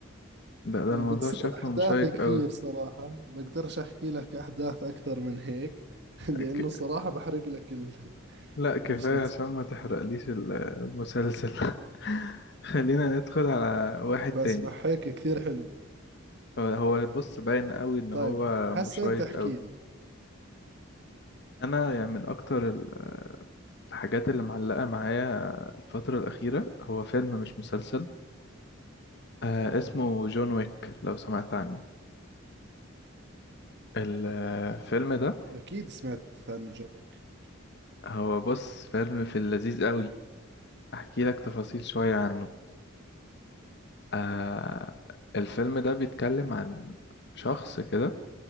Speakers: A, on the left; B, on the right.
A: ده ده
B: وبتصير
A: الموضوع شكله
B: احداث
A: مشيق
B: كثير
A: قوي
B: صراحة بقدرش احكي لك احداث اكثر من هيك <laughs> لانه
A: ك...
B: صراحة بحرق لك ال-
A: لا كفاية
B: المسلسل
A: عشان ما تحرقليش ال- المسلسل <laughs> خلينا ندخل على واحد
B: بس
A: تاني
B: مع هيك كثير حلو
A: هو هو بص باين قوي إن
B: طيب
A: هو
B: هسا
A: مشيق
B: انت احكي
A: قوي
B: لي
A: انا يعني من اكتر ال- الحاجات اللي معلقه معايا الفتره الاخيره هو فيلم مش مسلسل آه اسمه جون ويك لو سمعت عنه الفيلم ده
B: اكيد سمعت عن جون ويك
A: هو بص فيلم في اللذيذ قوي احكي لك تفاصيل شويه عنه آه الفيلم ده بيتكلم عن شخص كده